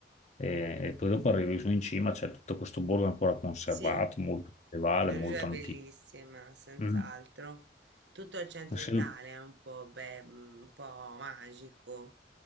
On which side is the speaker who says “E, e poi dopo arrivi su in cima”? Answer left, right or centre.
Left